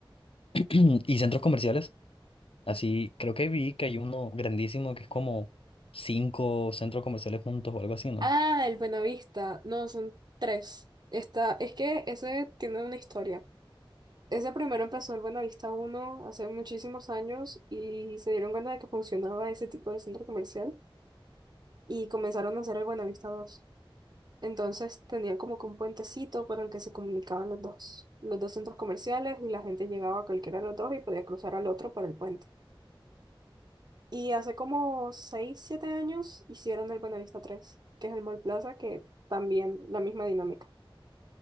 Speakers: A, on the left (about 85°); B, on the right (about 50°).
A: <clears throat> ¿Y centros comerciales? Así, creo que vi que hay uno grandísimo que es como cinco centros comerciales juntos o algo así, ¿no?
B: Ah, el Buenavista. No, son tres. Está, es que ese tiene una historia. Ese primero empezó el Buenavista uno hace muchísimos años y se dieron cuenta de que funcionaba ese tipo de centro comercial y comenzaron a hacer el Buenavista dos Entonces tenían como que un puentecito por el que se comunicaban los dos, los dos centros comerciales y la gente llegaba a cualquiera de los dos y podía cruzar al otro por el puente. Y hace como 6 7 años hicieron el Buenavista tres, que es el Mall Plaza, que también la misma dinámica.